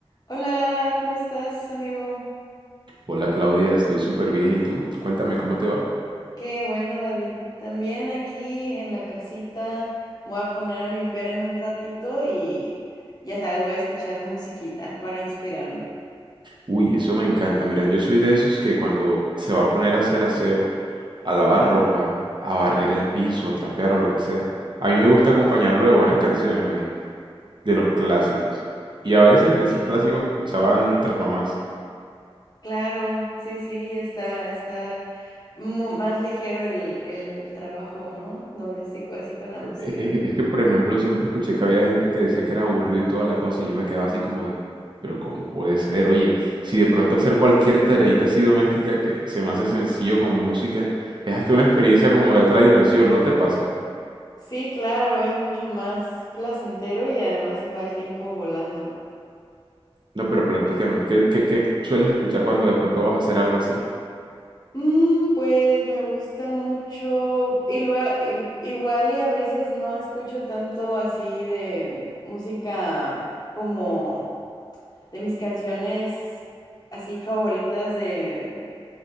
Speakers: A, on the left; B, on the right.
A: Hola, ¿cómo estás, amigo?
B: Hola Claudia, estoy súper bien. ¿Y tú? Cuéntame cómo te va.
A: Qué bueno, David. También aquí en la casita me voy a poner a limpiar en un ratito y ya sabes, voy a escuchar musiquita para inspirarme.
B: Uy, eso me encanta. Mira, yo soy de esos que cuando se va a poner a hacer aseo, a lavar ropa, a barrer el piso, trapear o lo que sea, a mí me gusta acompañarlo de buenas canciones, ¿oíste? De los clásicos. Y a veces de
A: Y
B: esos clásicos que escuchaban nuestras mamás.
A: claro, sí, sí, está, está mu- más ligero el, el trabajo, ¿no? Doméstico, así con la música.
B: E- e- Es que, por ejemplo, siempre escuché que había gente que decía que era aburrido y toda la cosa, y yo me quedaba así como de, pero ¿cómo puede ser? Oye, si de pronto hacer cualquier tareita así doméstica que se me hace sencillo con música, es hasta una experiencia como de otra dimensión, ¿no te pasa?
A: Sí, claro, es mucho más placentero y además se va el tiempo volando.
B: No, pero platícame, ¿qué, qué- qué sueles escuchar cuando de pronto vas a hacer algo así?
A: Mm, pues me gusta mucho y luego igual y a veces no escucho tanto así de mm, música como de mis canciones así favoritas de